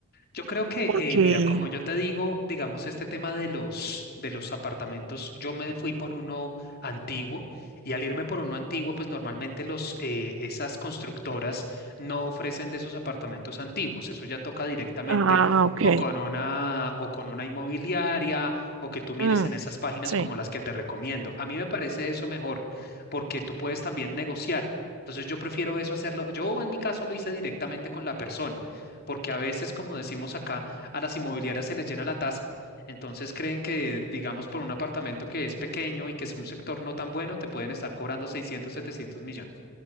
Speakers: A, on the left (about 45°); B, on the right (about 60°).
A: Yo creo que,
B: porque,
A: eh, mira, como yo te digo, digamos, este tema de los, de los apartamentos, yo me fui por uno antiguo y al irme por uno antiguo, pues normalmente los, eh, esas constructoras no ofrecen de esos apartamentos antiguos. Eso ya toca directamente
B: ah, ok,
A: o con una, o con una inmobiliaria o que tú mires
B: mm,
A: en esas páginas
B: sí,
A: como las que te recomiendo. A mí me parece eso mejor porque tú puedes también negociar. Entonces yo prefiero eso hacerlo. Yo en mi caso lo hice directamente con la persona porque a veces, como decimos acá, a las inmobiliarias se les llena la taza. Entonces creen que, digamos, por un apartamento que es pequeño y que es un sector no tan bueno, te pueden estar cobrando 600, 700 millones.